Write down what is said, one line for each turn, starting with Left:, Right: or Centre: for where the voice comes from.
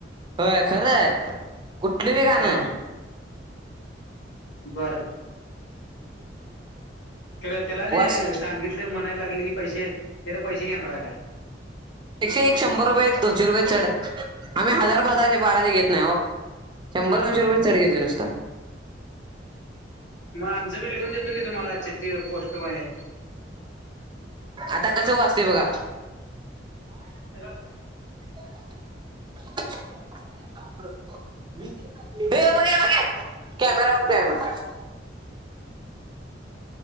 Right: होय खर आहे. कुठल बी गाण.
Left: हा बर त्याला न
Right: वास
Left: सांगितले म्हणायला लागले की पैसे. त्याला पैसे घेणार आहे काय?
Right: एकशे एक शंभर रुपये दोनशे रुपये चढ. आम्ही हजार पजारशे बाराशे घेत नाही हो. शंभर,
Left: हा हा
Right: दोनशे रुपय चढ घेतो नुसता.
Left: मग आमच बी लिहून देतो की तुम्हाला चिठ्ठी. पोस्ट मध्ये
Right: आता कस वाजतय बघा.
Left: <unintelligible>
Right: <unintelligible> कॅमेरा बघतोय म्ह <unintelligible>